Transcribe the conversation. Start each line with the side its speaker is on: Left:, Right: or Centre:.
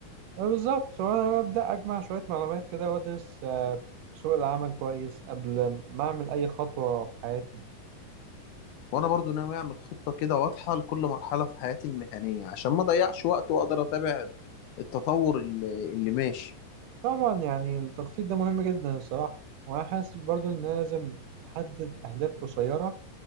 Right: بالظبط وانا ببدا اجمع شويه معلومات كده وادرس آه، سوق العمل كويس قبل ما اعمل اي خطوه في حياتي
Left: وانا برضو ناوي اعمل خطة كده واضحة لكل مرحلة في حياتي المهنية عشان ما اضيعش وقت واقدر اتابع التطور اللي, اللي ماشي
Right: طبعا يعني التخطيط ده مهم جدا الصراحه وانا حاسس برضو ان أنا لازم احدد اهداف قصيره